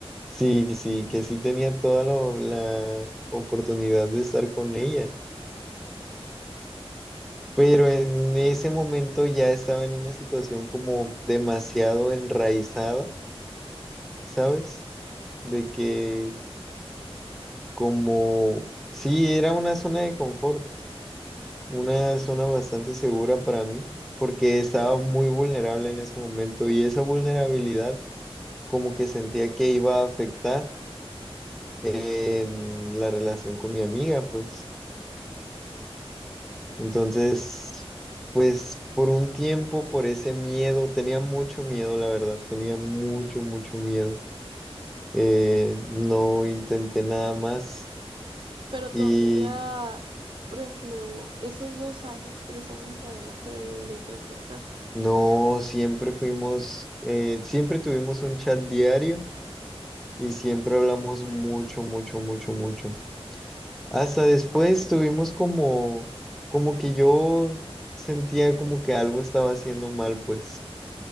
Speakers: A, in the centre; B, on the right.
A: Sí, sí, que sí tenía toda la, la oportunidad de estar con ella, pero en ese momento ya estaba en una situación como demasiado enraizada, ¿sabes? De que como, sí, era una zona de confort, una zona bastante segura para mí, porque estaba muy vulnerable en ese momento y esa vulnerabilidad como que sentía que iba a afectar en la relación con mi amiga, pues. Entonces, pues por un tiempo, por ese miedo, tenía mucho miedo, la verdad, tenía mucho, mucho miedo. Eh, no intenté nada más
B: Pero
A: y
B: tu amiga, por ejemplo, esos dos años, tres años la dejaste de, de frecuentar.
A: no, siempre fuimos, eh, siempre tuvimos un chat diario y siempre hablamos mucho, mucho, mucho, mucho. Hasta después tuvimos como, como que yo sentía como que algo estaba haciendo mal, pues.